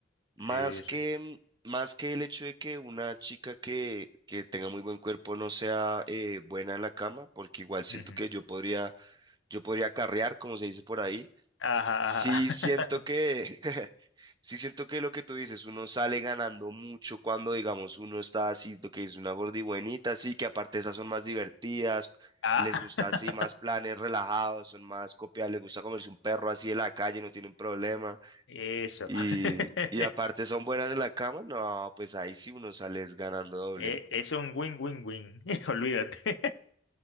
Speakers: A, on the right (about 25°); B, on the left (about 85°).
A: Más
B: Sí,
A: que,
B: sí.
A: más que el hecho de que una chica que, que tenga muy buen cuerpo no sea eh, buena en la cama, porque igual siento
B: Ujú.
A: que yo podría, yo podría carrear, como se dice por ahí.
B: Ajá,
A: Sí
B: ajá.
A: siento que, <laughs> sí siento que lo que tú dices, uno sale ganando mucho cuando, digamos, uno está así, lo que es una gordibuenita, así que aparte esas son más divertidas,
B: <laughs>
A: les
B: Ah.
A: gusta así más planes relajados, son más copiadas, les gusta comerse un perro así de la calle, no tienen problema.
B: Eso.
A: Y,
B: <laughs>
A: y aparte son buenas en la cama, no, pues ahí sí uno sale es ganando doble.
B: E- Es un win-win-win. <laughs> Olvídate.